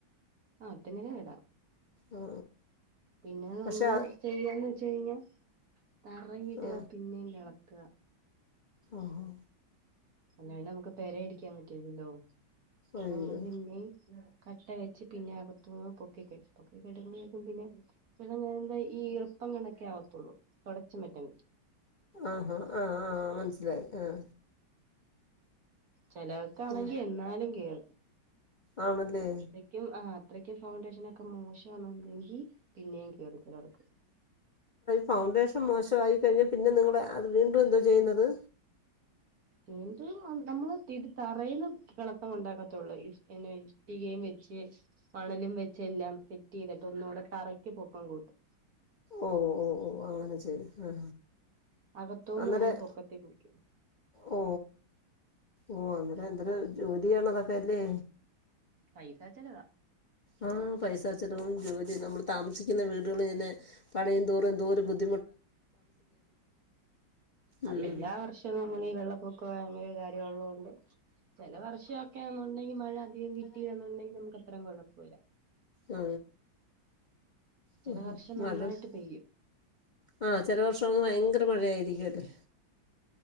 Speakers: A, on the right; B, on the left.
A: ആ ഒറ്റനല വീട.
B: ആ
A: പിന്നെ നമ്മള്
B: പക്ഷെ ആ
A: ചെയ്യാന്ന് വെച്ച് കഴിഞ്ഞാ. തറ ഇട
B: ആ
A: പിന്നിം ഇളക്ക.
B: ആഹ്
A: അല്ലാണ്ട് നമുക്ക് പെരയടിക്കാൻ പറ്റുന്നല്ലോ അപ്പൊ
B: അയ്യോ
A: നമ്മള് പിന്നിം. കട്ട വെച്ച് പിന്നെ അകത്ത്മുഴുവൻ പൊക്കി കെടും. കെടുമ്പ്പഴേക്കും പിന്നെ പിന്നെ ഇതിനു മുമ്പേ ഈറുപ്പം കണക്കെ ആവത്തുള്ളൂ തുടച്ച മാറ്റാ പറ്റും.
B: ആഹാ ആഹ് ആഹ് മനസ്സിലായി ആഹ
A: ചിലവക്കാണെങ്കി
B: ആ
A: എന്നാലും കേറും
B: ആണല്ലേ
A: അത്ര കും അത്രക്കും ഫൗണ്ടേഷന് ഒക്കെ മോശംആണ് ന്നുണ്ടെങ്കിൽ പിന്നെയും കേയറും ചിലർക്ക്.
B: ഫൗണ്ടേഷൻ മോശമായി കഴിഞ്ഞൽ പിന്നെ നിങ്ങള് അത് വീണ്ടും എന്തോ ചെയ്യുന്നത്.
A: വീണ്ടും നമ്മള് ഇത് തറയില് ഇളളകം ഉണ്ടാക്കത്തോള്ളൂ. പിന്നെ ഇഷ്ടികയും വെച് മണലും വെച്ച് എല്ലാം സെറ്റ് ചെയ്തിട്ട് ഒന്നുകൂടെ തറക്ക് പൊക്കം കൂട്ടും.
B: ഓ ഓ ഓ അങ്ങനെ ചെയ്യും. ആ
A: അകത്തുന്ന്
B: അന്നേരം
A: തനൊ പൊക്കത്ത കുളിക്കും.
B: ഓ ഓ അന്നേരം എന്തൊരു ജോലിയണതൊക്കെ അല്ലേ?
A: പൈസ ചലവാ.
B: ആഹ പൈസ ചിലവും ജോലിയും നമ്മൾ താമസിക്കുന്ന വീടുകളിൽ ഇങ്ങന്നെ പണിയും. തോറുംന്തോരും ബുദ്ധി
A: അത്
B: ഉം
A: എല്ലാ വർഷം. പക്ഷെ നമ്മൾ. ഈ വെള്ളപ്പൊക്ക അങ്ങനെ കാര്യള്ളതണ്ട്. ചില വർഷമൊക്കെുണ്ടെങ്കിൽ മഴ അ കിട്ടയി എന്നുണ്ടെങ്കിൽ നമുക്ക്ത്ര കുഴപ്പമില്ല.
B: ആ
A: ചില
B: <unintelligible>
A: വർഷം നന്നായിട്ട് പെയ്യും
B: ആ് ചില വർഷം ഭയങ്കര മഴയായിരിക്കുംല്ലേ.